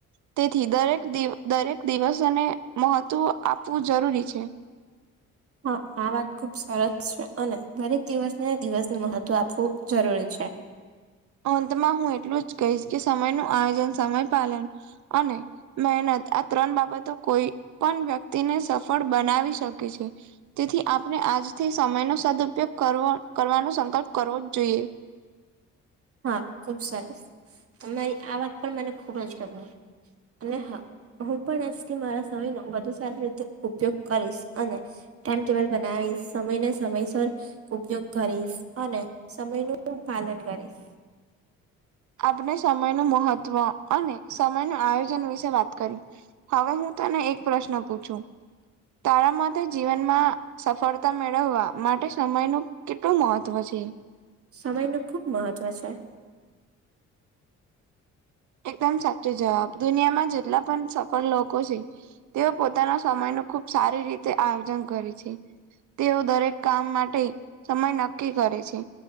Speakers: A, on the right (about 70°); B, on the right (about 50°).
A: તેથી દરેક દ દરેક દિવસને મહત્વ આપવું જરૂરી છે.
B: હા આ વાત ખુબ સરસ છે, અને દરેક દિવસને દિવસને મહત્વ આપવું જરૂરી છે.
A: અંતમાં હું એટલું જ કહીશ કે સમય ન આયોજન સમય પાલન અને. મહેનત આ ત્રણ બાબતો કોઈ પણ વ્યક્તિને સફળ બનાવી શકે છે. તેથી આપણે આજથી સમય <unintelligible> સદપયોગ કરવો કરવાનો સંકલ્પ કરવો જ જોઈએ.
B: હા ખુબ સરસ તમારી આ વાત પણ મને ખુબ જ <unintelligible> અને હા હું પણ આજથી મારા સમયનો <unintelligible> સારી રીતે ઉપયોગ કરીશ અને. ટાઈમ ટેબલ બનાવી સમય ને સમયસર. ઉપયોગ કરીશ અને સમયનું પાલન કરીશ.
A: આપણે સમય નું મહત્વ અને સમય ન આયોજન વિશે વાત કરી. હવે હું તને એક પ્રશ્ન પૂછું તારા માટેતે જીવનમાં. સફળતા મેળવવા માટે સમય ન કેટલું મહત્વ છે.
B: સમય ન ખુબ મહત્વ છે.
A: એકદમ સાચો જવાબ દુનિયામાં જેટલા પણ સફળ લોકો છે. તેઓ પોતાના સમય ન ખુબ સારી રીતે આયોજન કરે છે. તેઓ દરેક કામ માટે સમય નક્કી કરે છે.